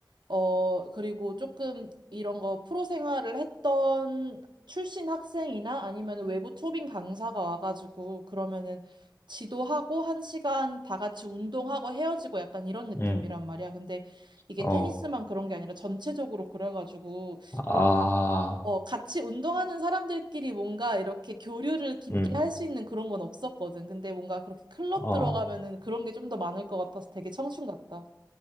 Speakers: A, on the right; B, on the left.
A: 어, 그리고 조금 이런 거 프로 생활을 했던 출신 학생이나 아니면 외부 초빙 강사가 와가지고 그러면은 지도하고 한 시간 다 같이 운동하고 헤어지고 약간 이런 느낌이란
B: 음,
A: 말이야. 근데 이게
B: 어,
A: 테니스만 그런 게 아니라 전체적으로 그래가지고
B: 아,
A: 어, 같이 운동하는 사람들끼리 뭔가 이렇게 교류를 깊게
B: 음,
A: 할 수 있는 그런 건 없었거든. 근데 뭔가 그렇게 클럽
B: 어.
A: 들어가면은 그런 게 좀 더 많을 것 같아서 되게 청춘 같다.